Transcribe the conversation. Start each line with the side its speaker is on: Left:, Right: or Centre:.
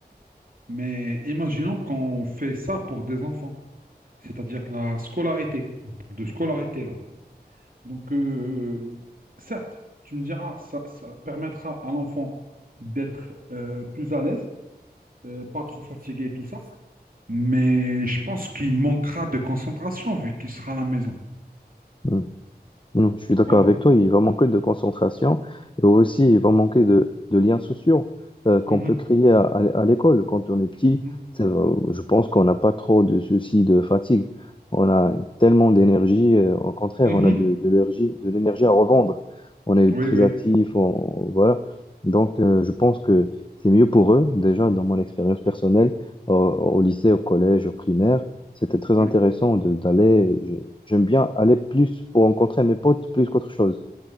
Right: mais imaginons qu'on fait ça pour des enfants, c'est-à-dire la scolarité. On parle de scolarité là. Donc, euh, certes, tu me diras, ça, ça permettra à l'enfant d'être euh, plus à l'aise, euh, pas trop fatigué et tout ça, mais je pense qu'il manquera de concentration vu qu'il sera à la maison.
Left: Mm. Mm, je suis
Right: Donc
Left: d'accord
Right: voilà.
Left: avec toi, il va manquer de concentration et aussi il va manquer de, de liens sociaux euh, qu'on
Right: Mhm,
Left: peut créer à, à l- à l'école. Quand on est petit,
Right: mhm.
Left: c'est- euh, je pense qu'on n'a pas trop de soucis de fatigue. On a tellement d'énergie, euh, au contraire,
Right: Mhm.
Left: on a de, de l'énergie, de l'énergie à revendre. On est
Right: Oui,
Left: très
Right: oui,
Left: actif, on- voilà. Donc euh, je pense que c'est mieux pour eux, déjà dans mon expérience personnelle, au au lycée, au collège, au primaire. C'était très
Right: oui.
Left: intéressant de- d'aller. je- J'aime bien aller plus pour rencontrer mes potes plus qu'autre chose.